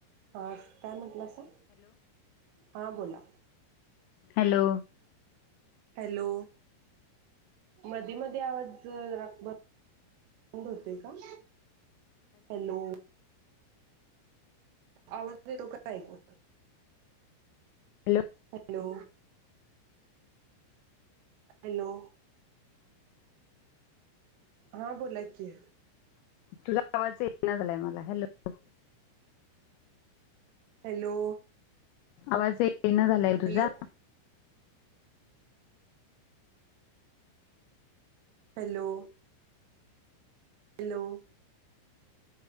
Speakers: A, on the right; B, on the left.
A: हा काय म्हटलासा. हां बोला
B: हॅलो
A: हॅलो मध मध्ये आवाज बंद होते का हॅलो आवज येतो का ऐकू.
B: हॅलो
A: हॅलो हॅलो हां बोला कि.
B: तुझा आवाज येत नाही झालं मला हॅलो.
A: हॅलो
B: आवाज येत येईना झालाय तुझा
A: हॅलो हॅलो हॅलो